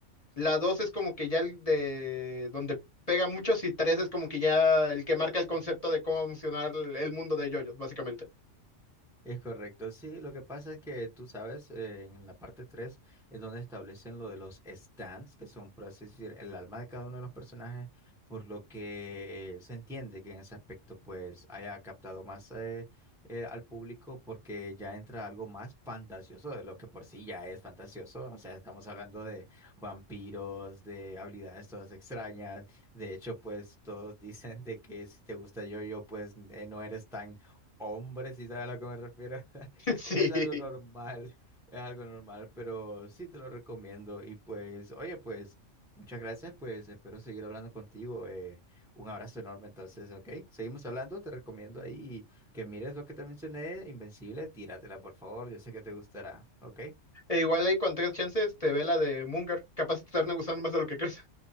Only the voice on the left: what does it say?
La 2 es como que ya el de donde pega muchos y 3 es como que ya el que marca el concepto de cómo va a funcionar el el mundo de yoyos, básicamente.
<laughs>
Sí.
E igual ahí cuando tengas chance, te ve la de Munger. Capaz te termina gustando más de lo que crees.